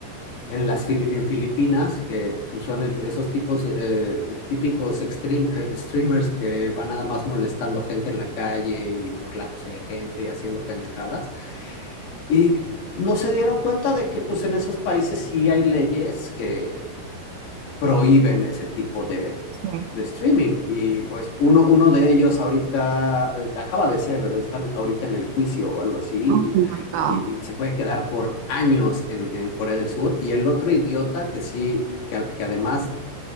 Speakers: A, on the left; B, on the right.
A: en las Fili- en Filipinas, que pues, son el- esos tipos eh, típicos extreme, eh, streamers que van nada más molestando gente en la calle y burlándose de gente y haciendo pendejadas. Y no se dieron cuenta de que pues en esos países sí hay leyes que prohíben ese tipo de,
B: Sí.
A: de streaming. Y pues uno, uno de ellos ahorita eh, acaba de ser, están ahorita en el juicio o algo así,
B: Oh my God.
A: y, y- y se puede quedar por años en, en Corea del Sur. Y el otro idiota que sí, que, que además